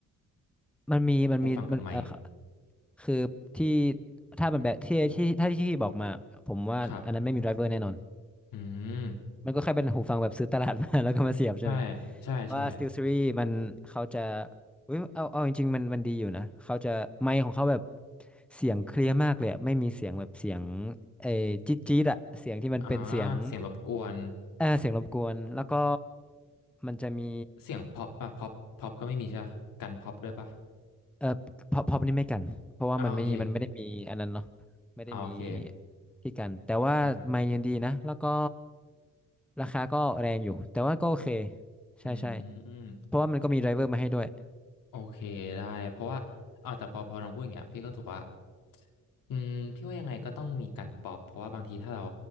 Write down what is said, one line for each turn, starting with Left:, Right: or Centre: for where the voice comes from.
Centre: มันมีมันมีมันเออ
Left: หูฟังกับไมค์
Centre: คือที่ถ้ามันแบบที่ที่ถ้าที่พี่บอกมาผมว่าอันนั้นไม่มีไดรเวอร์แน่นอน
Left: ครับอืม
Centre: มันก็แค่เป็นหูฟังแบบซื้อตลาดมา <laughs> แล้วก็มาเสียบใช่ไหม
Left: ใช่ใช่ใช่
Centre: ว่า SteelSeries มันเขาจะอุ้ยเอาเอาจริงๆมันมันดีอยู่นะเขาจะไมค์ของเขาแบบเสียงเคลียร์มากเลยอะไม่มีเสียงแบบเสียงเออจี๊ดจี๊ดอะเสียงที่มันเป็นเสียง
Left: อ่าเสียงรบกวน
Centre: เออเสียงรบกวนแล้วก็มันจะมี
Left: เสียงพ็อปป่ะพ็อปพ็อปก็ไม่มีใช่ปะกันพ็อปด้วยป่ะ
Centre: เออพอพอนี่ไม่กันเพราะว่ามันไม่มันไม่ได้มีอันนั้นเนาะ
Left: อ่าโอเค
Centre: ไม่ได้มี
Left: อ่าโอเค
Centre: ที่กันแต่ว่าไมค์ยังดีนะแล้วก็
Left: อ่า
Centre: ราคาก็แรงอยู่แต่ว่าก็โอเคใช่ใช่
Left: อืม
Centre: เพราะว่ามันก็มีไดรเวอร์มาให้ด้วย
Left: โอเคได้เพราะว่าอ่าแต่พอพอน้องพูดอย่างเงี้ยพี่ก็ถูกว่าอืมพี่ว่ายังไงก็ต้องมีกันป๊อปเพราะว่าบางทีถ้าเรา